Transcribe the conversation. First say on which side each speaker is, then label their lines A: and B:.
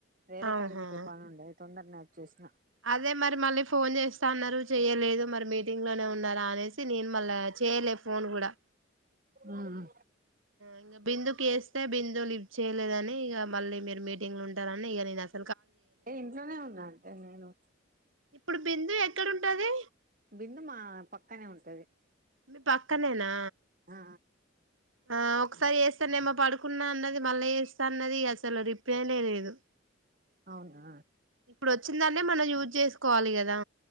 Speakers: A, on the right; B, on the right.
A: వేరే
B: ఆహా
A: కాడికి పోయే పనుండే తొందరనే వచ్చేసిన
B: అదే మరి మళ్ళీ ఫోన్ చేస్తా అన్నారు చెయ్యలేదు మరి మీటింగ్ లోనే ఉన్నారా అనేసి నేను మళ్ళా చేయలే ఫోన్ గుడా
A: ఉ ఉ
B: ఇగా బిందుకి చేస్తే బిందు లిఫ్ట్ చేయలేదని ఇగా మళ్ళీ మీరు మీటింగ్ లో ఉంటారని ఇగ నేను అస
A: నేను ఇంట్లోనే ఉన్నాను ఎ నేను
B: ఇప్పుడు బిందు ఎక్కడ ఉంటది
A: బిందు మా పక్కనే ఉంటది
B: మీ పక్కనేనా
A: ఆ
B: ఆ ఒకసారి చేస్తానేమో పడుకున్నా అన్నది మళ్ళా చేస్తా అన్నది అసలు రీప్లేనే లేదు
A: అవునా
B: ఇప్పుడు ఓచ్ వచ్చిందాన్ని మనం యూజ్ చేసు కోవాలి గదా